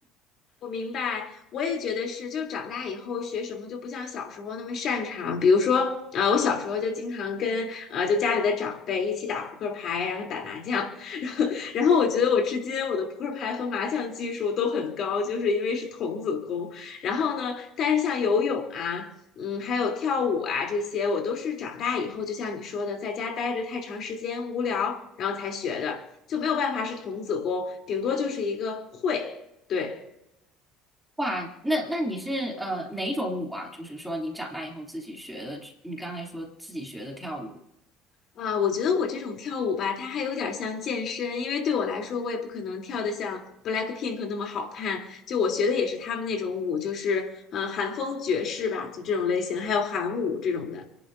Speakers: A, on the left (about 55°); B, in the centre.
A: 我明白，我也觉得是，就长大以后学什么就不像小时候那么擅长。比如说，啊、我小时候就经常跟呃，就家里的长辈一起打扑克牌，然后打麻将，<laughs> 然后然后我觉得我至今我的扑克牌和麻将技术都很高，就是因为是童子功。然后呢，但是像游泳啊。嗯，还有跳舞啊，这些我都是长大以后，就像你说的，在家待着太长时间无聊，然后才学的，就没有办法是童子功，顶多就是一个会，对。
B: 哇，那那你是呃哪种舞啊？就是说你长大以后自己学的，你刚才说自己学的跳舞。
A: 啊，我觉得我这种跳舞吧，它还有点儿像健身，因为对我来说，我也不可能跳得像 BLACKPINK 那么好看。就我学的也是他们那种舞，就是呃韩风爵士吧，就这种类型，还有韩舞这种的。